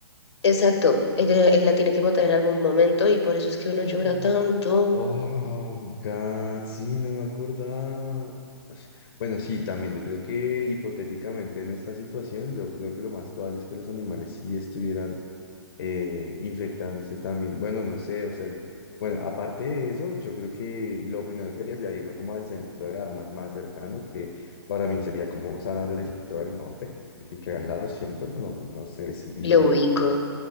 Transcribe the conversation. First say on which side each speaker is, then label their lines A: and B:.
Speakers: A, on the left; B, on the left.
A: Exacto, ella, él la tiene que matar en algún momento y por eso es que
B: Ah.
A: uno llora tanto.
B: Oh, God, sí, no me acordaba. Ash, Bueno, sí, también, yo creo que hipotéticamente en esta situación, yo creo que lo más probable es que los animales sí estuvieran eh, infectándose también. Bueno, no sé, o sea, bueno, aparte de eso, yo creo que lo primero que haría sería irme como al centro de armas más cercano, que para mí sería como San Andrés y todo el norte, que quedan la 200 no, no sé si...
A: Le ubico.